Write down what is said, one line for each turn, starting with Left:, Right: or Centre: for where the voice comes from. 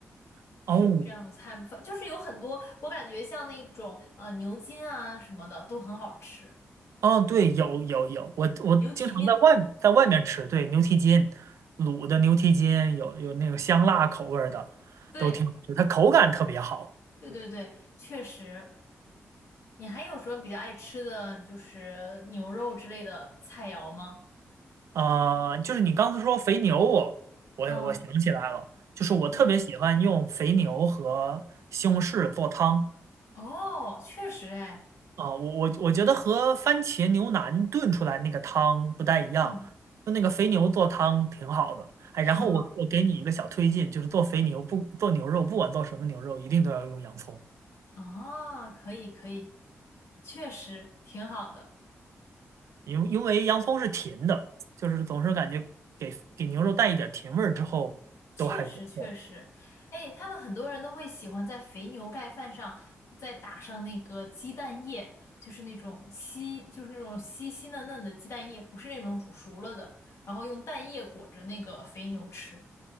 Right: <laughs>
Left: 是有这样的菜吗？
Right: 哦
Left: 反就是有很多，我感觉像那种呃牛筋啊什么的都很好吃，
Right: 哦，对，有有有，我我经常在外在外面吃，
Left: 牛蹄筋，
Right: 对，牛蹄筋，卤的牛蹄筋有有那种香辣口味儿的，
Left: 对
Right: 都挺好吃，它口感特别好。
Left: 对对对，确实。你还有什么比较爱吃的，就是牛肉之类的菜肴吗？
Right: 啊、呃就是你刚才说肥牛我，我我想起来了，
Left: 嗯
Right: 就是我特别喜欢用肥牛和西红柿做汤
Left: 嗯，哦，确实哎，
Right: 啊、我我我觉得和番茄牛腩炖出来那个汤不太一样，
Left: 嗯，
Right: 就那个肥牛做汤挺好的。哎，
Left: 挺好。
Right: 然后我我给你一个小推荐，就是做肥牛不做牛肉，不管做什么牛肉，一定都要用洋葱，
Left: 啊，可以可以，确实挺好的。
Right: 因为因为洋葱是甜的，就是总是感觉给给牛肉带一点甜味儿之后都还不错。
Left: 确实确实，哎，他们很多人都会喜欢在肥牛盖饭上再打上那个鸡蛋液，就是那种稀，就是那种稀稀嫩嫩的鸡蛋液，不是那种煮熟了的，然后用蛋液裹着那个肥牛吃，